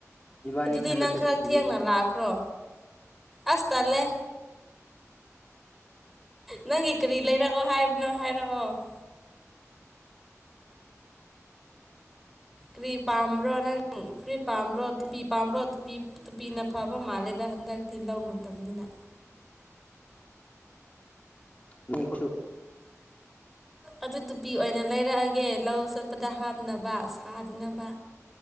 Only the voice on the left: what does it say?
ꯏꯕꯥꯅꯤ
ꯈꯟꯕ
ꯆꯠꯁꯤ
ꯑꯗꯨꯗꯤ
ꯅ ꯀꯁꯨ